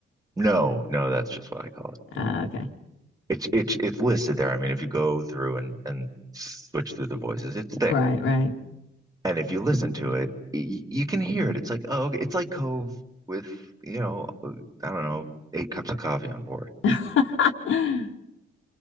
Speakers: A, on the right; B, on the left.
A: No, no, that's just what I call it.
B: Ah, okay.
A: It's, it's, it's listed there. I mean, if you go through and, and switch through the voices, it's there.
B: Right, right.
A: And if you listen to it, y- you can hear it. It's like, oh, okay. It's like Cove with, you know, I don't know, eight cups of coffee on board.
B: <laughs>